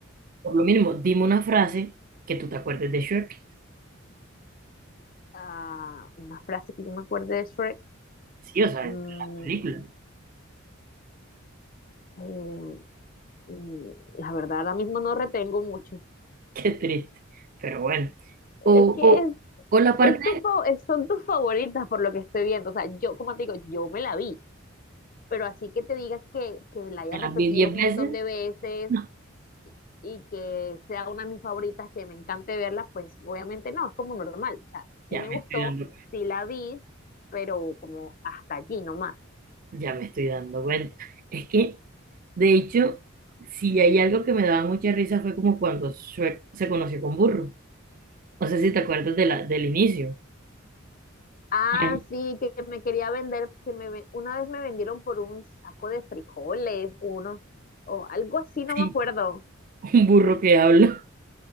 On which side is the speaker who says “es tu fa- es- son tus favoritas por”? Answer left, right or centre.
Left